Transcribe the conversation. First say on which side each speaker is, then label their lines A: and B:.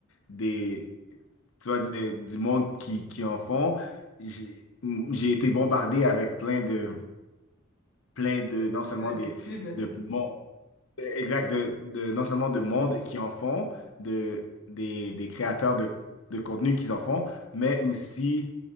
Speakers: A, on the left; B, on the left.
A: des, tu vois, des- du monde qui, qui en font, j'ai j'ai été bombardé avec plein de, plein de, non seulement
B: Euh,
A: des,
B: de pub.
A: de, Exact, de, de- non seulement de monde qui en font, de, des, des créateurs de, de contenu qui en font, mais aussi